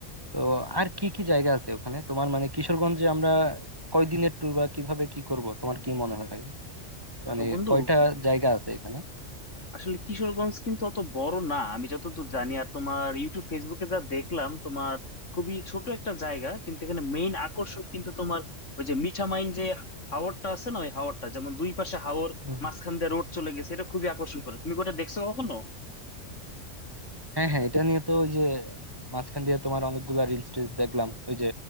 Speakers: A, on the right; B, on the left.
A: তো আর কি কি জায়গা আছে ওখানে তোমার মানে কিশোরগঞ্জে আমরা কয়দিনের ট্যুর বা কিভাবে কি করব তোমার কি মনে হয়
B: দেখো
A: মানে
B: বন্ধু
A: কয়টা জায়গা আছে এখানে
B: আসলে কিশোরগঞ্জ কিন্তু অত বড় না আমি যতদূর জানি আর তোমার ইউটিউব ফেসবুকে যা দেখলাম তোমার খুবই ছোট একটা জায়গা কিন্তু এখানে মেইন আকর্ষণ কিন্তু তোমার ওই যে মিঠামাইন যে হাওরটা আছে না ওই হাওরটা যেমন দুই পাশে হাওর
A: হুম।
B: মাঝখান দিয়ে রোড চলে গেছে এটা খুবই আকর্ষণ করে তুমি কি ওটা দেখছো কখনো
A: হ্যাঁ হ্যাঁ এটা নিয়ে তো ওই যে মাঝখান দিয়ে তোমার অনেকগুলা রিলস টিলস দেখলাম ওই যে